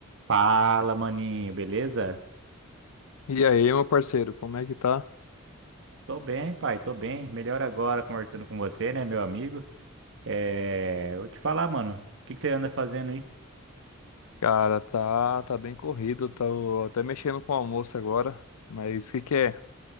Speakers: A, on the right (about 60°); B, on the left (about 85°).
A: Fala, maninho, beleza?
B: E aí, meu parceiro, como é que tá?
A: Tô bem, pai, tô bem. Melhor agora conversando com você, né, meu amigo? É, vou te falar, mano, o que que você anda fazendo aí?
B: Cara, tá, tá bem corrido, tô até mexendo com o almoço agora, mas o que que é?